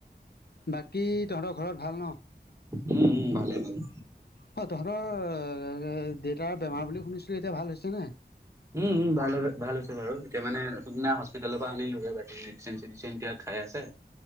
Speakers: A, on the left (about 60°); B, on the right (about 15°).
A: বাকী তহঁতৰ ঘৰত ভাল ন?
B: উম, উম, ভালে ভালে
A: হয় তহঁতৰ দেউতাৰ বেমাৰ বুলি শুনিছিলোঁ এতিয়া ভাল হৈছেনে নাই?
B: উম উম ভাল ভাল হৈছে বাৰু এতিয়া মানে সিদিনা হস্পিটেলৰ পৰা আনিলোগে বাকি এক্সেঞ্জ মেডিচিন এতিয়া খাই আছে,